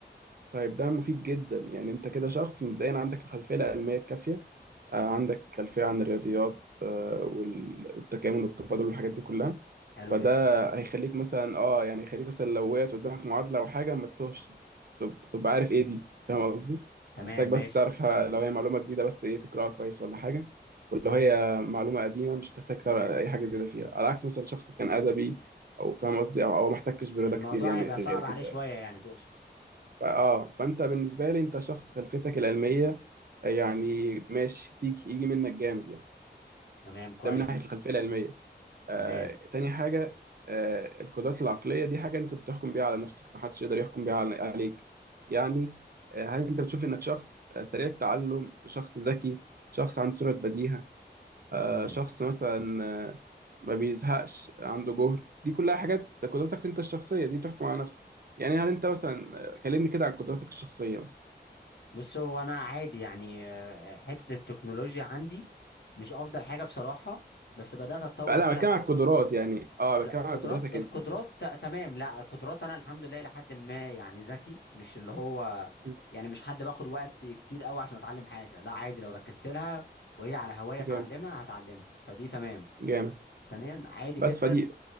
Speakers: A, on the right; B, on the left.
A: طيب ده مفيد جدا يعني انت كده شخص مبدئيا عندك الخلفيه العلميه الكافيه آه، عندك خلفيه عن الرياضيات آه، وال- والتكامل والتفاضل والحاجات دي كلها
B: حلو
A: فده
B: جدا
A: هيخليك مثلا اه يعني هيخليك مثلا لو وقعت قدامك معادله او حاجه ما تتوهش تب- تبقى عارف ايه دي فاهم قصدي
B: تمام
A: هتحتاج
B: ماشي
A: بس تعرفها لو هي معلومه جديده بس ايه تقراها كويس ولا حاجه ولو هي معلومه قديمه مش هتحتاج تقرا اي حاجه زياده فيها على عكس مثلا شخص كان ادبي او فاهم قصدي او أو ما احتكش برياضه
B: الموضوع
A: كتير يعني
B: هيبقى
A: غيرك
B: صعب عليه
A: انت
B: شوية يعني تقصد
A: ف- اه فانت بالنسبه لي انت شخص خلفيتك العلميه آه، يعني ماشي تيجي يجي منك جامد يعني
B: تمام كويس
A: ده من ناحيه الخلفيه العلميه آه
B: تمام
A: تاني حاجه آه القدرات العقليه دي حاجه انت بتحكم بيها على نفسك محدش يقدر يحكم بيها على- عليك يعني آه هل انت بتشوف انك شخص آه، سريع التعلم شخص ذكي شخص عنده سرعه بديهه آه
B: امم
A: شخص مثلا آه ما بيزهقش عنده جهد دي كلها حاجات ده قدراتك انت الشخصيه دي تحكم على نفسك يعني هل انت مثلا آه، كلمني كده عن قدراتك الشخصيه مثلا
B: بص هو انا عادي يعني آه، حتة التكنولوجيا عندي مش افضل حاجة بصراحة بس بدأت اتطور
A: فلا
B: فيها
A: بتكلم
B: الفترة
A: على القدرات يعني اه بتكلم
B: لا القدرات
A: على قدراتك
B: القدرات
A: انت
B: ت- تمام لا القدرات انا الحمد لله لحد ما يعني ذكي مش اللي هو
A: مم.
B: يعني مش حد باخد وقت كتير قوي عشان اتعلم حاجة لا عادي لو ركزت لها وهي على هواية اتعلمها
A: جامد
B: هتعلمها فدي تمام
A: جامد
B: ثانيا عادي
A: بس
B: جدا
A: فدي